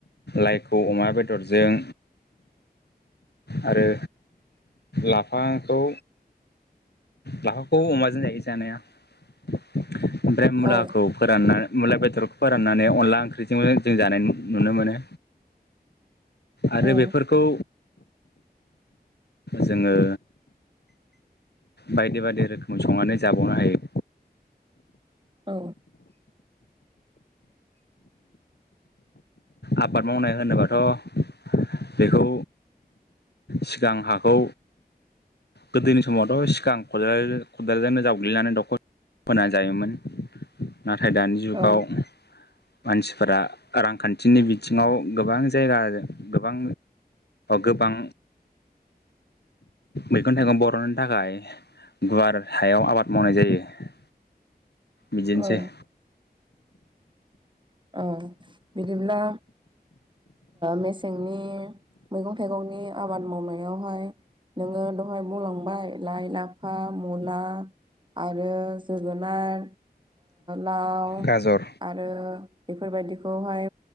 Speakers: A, on the left; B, on the right.
A: लाइखौ अमा बे बेदरजों आरो लाफाखौ लाफाखौ अमाजों जायो जानाया ओमफ्राय मुलाखौ
B: औ
A: फोराननानै मुला बेदरखौ फोराननानै अनला ओंख्रिजों जों जानाय नुनो मोनो आरो
B: औ
A: बेफोरखौ जोङो बायदि बायदि रोखोमै संनानै जाबावनो हायो
B: औ
A: आबाद मावनाय होनोबाथ' बेखौ सिगां हाखौ गोदोनि समावथ' सिगां खदाल खदालजोंनो जावग्लिनानै दखर फोनानै जायोमोन नाथाय दानि जुगाव
B: औ
A: मानसिफोरा रांखान्थि बिथिनि बिथिङाव गोबां जायगा गोबां गोबां मैगं थाइगं बर'नि थाखाय गुवार हायाव आबाद मावनाय जायो बिदिनोसै
B: औ औ बिदिब्ला मेसेंनि मैगं थाइगंनि आबाद मावनायावहाय नोङो दहाय मावलांबाय लाइ लाफा मुला आरो जोगोनार लाव
A: गाजर
B: आरो बेफोरबायदिखौहाय